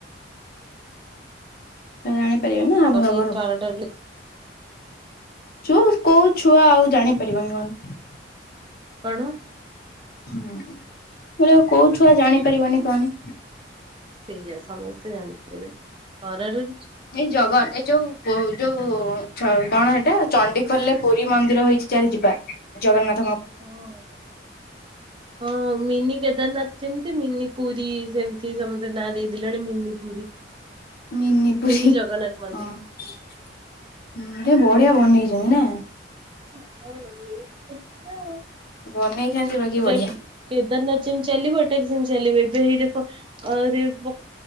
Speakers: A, on the left; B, on the right.
A: ତ ଜାଣି ପାରିବେ ନା ହାବ
B: ଆ
A: ଭାବ
B: ଟିକେ
A: ରୁ।
B: ଥରଟା
A: ଛୁଆକୁ କୋଉ ଛୁଆ ଆଉ ଜାଣିପାରିବନି କହନି।
B: କଣ?
A: ହଁ, ମୁଁ କହିଲି ଆଉ କୋଉ ଛୁଆ ଜାଣିପାରିବନି କହନି?
B: ସେଇଆ ସମସ୍ତେ ଜାଣିଦେବେ ଖରାର
A: ଏଇ ଜଗନ ଏଇ ଯୋଉ ପ-ଯୋଉ ଛ- କଣ ସେଟା ଚଣ୍ଡିଖୋଲଲେ ପୁରୀ ମନ୍ଦିର ହୋଇଛି ଚାଲ ଯିବା। ଜଗନ୍ନାଥ
B: ହଁ, ହଁ ମିନି କେଦାରନାଥ ଚିନ୍ ସେ ମିନି ପୁରୀ ସେମିତି ସମସ୍ତେ ନାଁ ଦେଇଦଲେଣି mini Puri.
A: Mini Puri,
B: mini Jagannath ମନ୍ଦିର।
A: ହଁ, ହୁଁ, କେ ବଢିଆ ବନେଇ ଯିମିନା।
B: ହଁ ଏଇ ଚାଲିଥିଲା।
A: ବନେଇଛନ୍ତି ବାକି ବଢିଆ
B: ଟେ-କେଦାରନାଥ ଯେମିତି ଚାଲିିବ ଏଟା ବି ସେମତି ଚାଲିିବେ। ଯେ ହେଇ ଦେଖ ଆ ରିଲସ୍ ପ